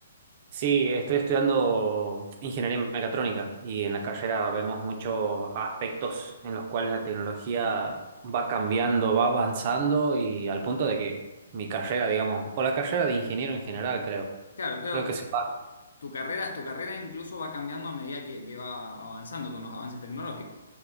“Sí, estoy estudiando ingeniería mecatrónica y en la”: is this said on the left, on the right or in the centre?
Right